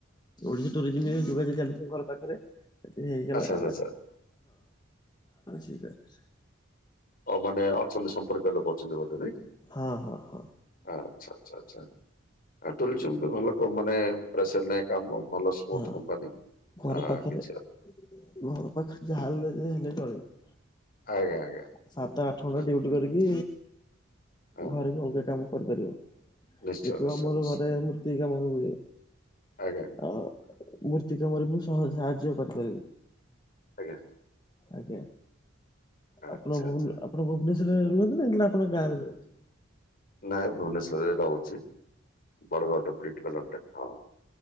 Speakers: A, on the left; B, on the left.
A: ଓଡ଼ିଶା ଟୁରିଜିମ୍ ରେ ଯୋଗାଯୋଗ ଚାଲିଛି ଘର ପାଖରେ, ଯଦି ହେଇଗଲା
B: ଆଚ୍ଛା ଆଚ୍ଛା ଆଚ୍ଛା
A: <unintelligible>
B: ଅ ମାନେ ଅଛନ୍ତି ସମ୍ପର୍କୀୟ ଲୋକ ଅଛନ୍ତି ବୋଧେ ନାଇଁ?
A: ହଁ ହଁ ହଁ।
B: ଆଛା ଆଛା ଆଛା, ଆ ଟୁରିଜମ୍ କୁ ଭଲକମ୍ ମାନେ ପ୍ରେସର ନାଇ କାମ, ଭଲ ସ୍ମୁଥ୍
A: ହଁ
B: କମ୍ପାନୀ।
A: ଘର
B: ଆ
A: ପାଖରେ,
B: କିଛି ଅ-
A: ଘର ପାଖରେ ଯାହା ହେଲେ ଯେ ହେଲେ ଚଳିବ।
B: ଆଜ୍ଞା ଆଜ୍ଞା।
A: ସାତଆଠ ଘଣ୍ଟା
B: ହଁ
A: ଡିଉଟି କରିକି,
B: ହଁ
A: ଘରେ ବି ଅଲଗା କାମ କରିପାରିବ।
B: ନିଶ୍ଚୟ
A: ଏତୁ
B: ନିଶ୍ଚୟ
A: ଆମର
B: ନିଶ୍ଚୟ
A: ଘରେ ମୂର୍ତ୍ତି କାମ ହୁଏ।
B: ଆଜ୍ଞା
A: ଆଉ ମୂର୍ତ୍ତି କାମରେ ମୁଁ ସହଜ ସାହାଯ୍ୟ କରି ପାରିବି
B: ଆଜ୍ଞା
A: ଆଜ୍ଞା
B: ଆଚ୍ଛା
A: ଆପଣ ଭୁବୁନେ
B: ଆଚ୍ଛା
A: ଆପଣ ଭୁବନେଶ୍ୱରରେ ରୁହନ୍ତି ନା କି ନା ଆପଣ ଗାଁରେ ରୁହନ୍ତି?
B: ନାଇଁ ଭୁବନେଶ୍ୱର ରେ ରହୁଛି ଵଡ଼ଗଡ଼ର ବ୍ରିଟ୍ କଲୋନୀରେ। ହଁ।